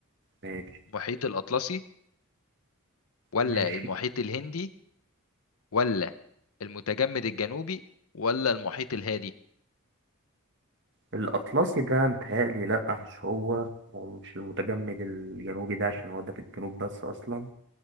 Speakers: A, on the right (about 55°); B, on the left (about 80°).
A: ماشي
B: المحيط الاطلسي ولا
A: ماشي
B: المحيط الهندي ولا المتجمد الجنوبي ولا المحيط الهادي
A: الأطلسي ده متهيألي لأ مش هو ومش المتجمد الجنوبي ده عشان هو ده في الجنوب بس أصلا